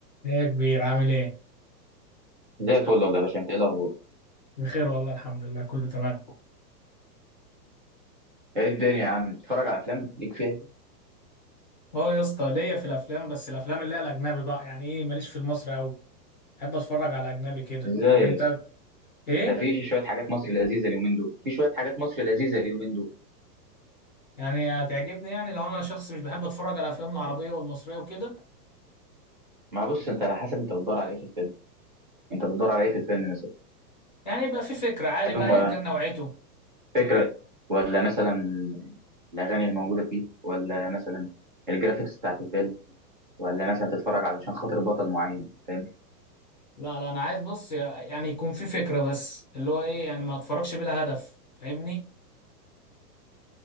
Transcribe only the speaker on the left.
ايه يا كبير عامل ايه؟
بخير والله الحمد لله كله تمام
اه يا اسطى ليا في الافلام بس الافلام اللي هي الاجنبي بقى يعني ايه ماليش في المصري قوي بحب اتفرج على اجنبي كده
وانت
ايه
يعني هتعجبني يعني لو انا شخص مش بحب اتفرج على الافلام العربيه والمصريه وكده
يعني يبقى في فكره عادي
بقى
ايا كان نوعيته
لا لا انا عايز بص يعني يكون في فكره بس اللي هو ايه يعني ما اتفرجش بلا هدف فاهمني